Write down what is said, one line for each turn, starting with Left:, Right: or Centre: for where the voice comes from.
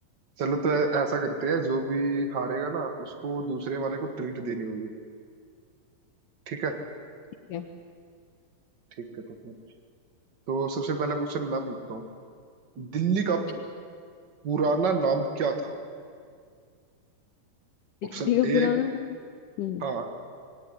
Right: चलो तो ऐ- ऐसा करते हैं जो भी हारेगा ना उसको दूसरे वाले को ट्रीट देनी होगी ठीक है
Left: ठीक है
Right: ठीक है तो फिर तो सबसे पहला क्वेश्चन मैं पूछता हूँ दिल्ली का
Left: पूछो
Right: पुराना नाम क्या था
Left: दिल्ली
Right: ऑप्शन
Left: का
Right: ए
Left: पुराना नाम हम्म
Right: हाँ